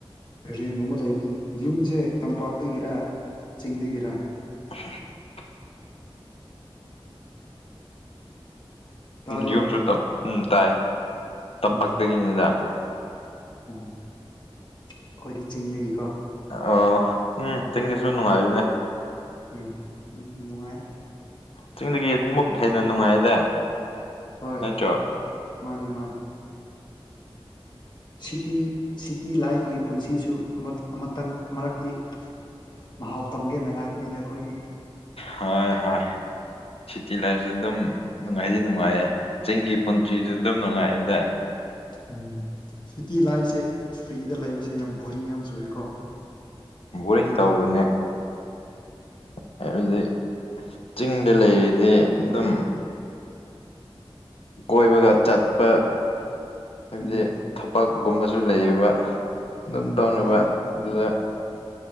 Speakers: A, on the left; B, on the left.
A: ꯔꯦꯟꯒꯨꯝꯕ ꯂꯩꯕꯅꯤ ꯌꯨꯝꯁꯦ ꯇꯝꯄꯥꯛꯇꯒꯤꯔ ꯆꯤꯡꯗꯒꯤꯔ
B: <inaudible>
A: ꯇꯥꯕ꯭ꯔꯣ
B: ꯌꯨꯝꯁꯨ ꯎ ꯇꯥꯏ ꯇꯝꯄꯥꯛꯇꯒꯤꯅꯤꯅ
A: ꯎꯝ ꯑꯣ ꯑꯩꯈꯣꯏꯗꯤ ꯆꯤꯡꯗꯒꯤꯀꯣ
B: ꯑ ꯎꯝ ꯇꯤꯡꯒꯤꯁꯨ ꯅꯨꯡꯉꯥꯏꯔꯤꯕꯅꯦ
A: ꯎꯝ ꯎꯝꯅꯨꯡꯉꯥꯏꯦ
B: ꯆꯤꯡꯗꯒꯤ ꯑꯃꯛ ꯍꯦꯟꯅ ꯅꯨꯡꯉꯥꯏꯗ
A: ꯍꯣꯏ
B: ꯅꯠꯇ꯭ꯔꯣ
A: ꯃꯥꯅꯤ ꯃꯥꯅꯤ ꯁꯤꯇꯤ ꯁꯤꯇꯤ ꯂꯥꯏꯐꯀꯤ ꯄꯨꯟꯁꯤꯁꯨ ꯑꯃꯇꯪ ꯃꯔꯛꯇꯗꯤ ꯃꯍꯥꯎ ꯇꯝꯒꯦꯅ ꯂꯥꯛꯄꯅꯤꯗ ꯑꯩꯈꯣꯏꯗꯤ
B: ꯍꯣꯏ ꯍꯣꯏ ꯁꯤꯇꯤ ꯂꯥꯏꯐꯁꯨ ꯑꯗꯨꯝ ꯅꯨꯡꯉꯥꯏꯗꯤ ꯅꯨꯡꯉꯥꯏꯌꯦ ꯆꯤꯡꯒꯤ ꯄꯨꯟꯁꯤꯁꯨ ꯑꯗꯨꯝ ꯅꯨꯡꯉꯥꯏꯌꯦꯗ
A: ꯎꯝ ꯁꯤꯇꯤ ꯂꯥꯏꯐꯁꯦ ꯐ꯭ꯔꯤꯗ ꯂꯩꯕꯁꯦ ꯌꯥꯝ ꯕꯣꯔꯤꯡ ꯌꯥꯝ ꯆꯨꯏꯀꯣ
B: ꯕꯣꯔꯤꯡ ꯇꯧꯕꯧꯕꯅꯦ ꯍꯥꯏꯕꯗꯤ ꯆꯤꯡꯗ ꯂꯩꯔꯤꯗꯤ ꯑꯗꯨꯝ ꯀꯣꯏꯕꯒ ꯆꯠꯄ ꯍꯥꯏꯕꯗꯤ
A: ꯎꯝ
B: ꯊꯕꯛ ꯒꯨꯝꯕꯁꯨ ꯂꯩꯌꯦꯕ ꯑꯗꯨꯝ
A: ꯎꯝ
B: ꯇꯧꯅꯕ
A: ꯑꯗꯨꯅꯤ
B: ꯑꯗꯨꯗ